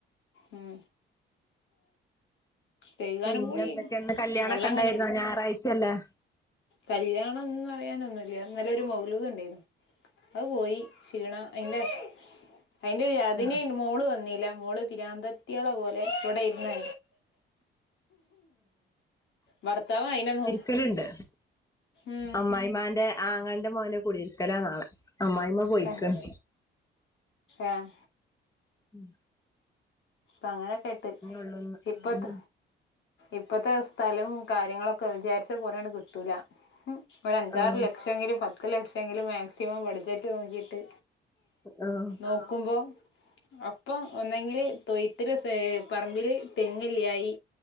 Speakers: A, on the left (about 70°); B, on the left (about 15°).
A: ഉം കഴുകാനും
B: പിന്നെ
A: കൂടി
B: എന്തൊക്കെണ്ട്. കല്യാണം
A: വെള്ളം
B: ഒക്കെ
A: അങ്ങനെ
B: ഉണ്ടായിരുന്നോ ഞായറാഴ്ച്ചല്ലേ.
A: കല്യാണംന്ന് പറയാനൊന്നുമില്ല. ഇന്നല്ലൊരു മൗലൂദ്ണ്ടേയിര്ന്നു അത് പോയി ക്ഷീണം. അയിൻ്റെ അയിന്റെ അതിന്
B: ഉം.
A: മോള് വന്നില്ല. മോള് പിരാന്തത്തിയളെ പോലെ ഇവിടെ ഇരുന്ന് ഭർത്താവ് <unintelligible>
B: <unintelligible> ലുണ്ട്
A: ഉം
B: അമ്മായിമാന്റെ ആങ്ങൾന്റെ മോന്റെ കുടിയിരിക്കലാ നാളെ അമ്മായിമ്മ പോയിക്കാണ്
A: എഹ് ഏഹ്
B: ഉം
A: പ അങ്ങനെ കെട്ട്
B: ഉള്ളൂന്ന്
A: ഇപ്പോത്ത
B: ഉം
A: ഇപ്പത്തെ സ്ഥലോം കാര്യങ്ങളൊക്കെ വിചാരിച്ച പോലെയാണ് കിട്ടൂല മ് ഒരു അഞ്ചാറ്ലക്
B: ആഹ്
A: പക്ഷേങ്കില് പത്ത് ലക്ഷേങ്കിലും മാക്സിമം ബഡ്ജറ്റ് നോക്കിയിട്ട്
B: <unintelligible> ആഹ്
A: നോക്കുമ്പോ അപ്പം ഒന്നെങ്കില് തൊയ്ത്തില് പേ പറമ്പില് തെങ്ങില്ലയ്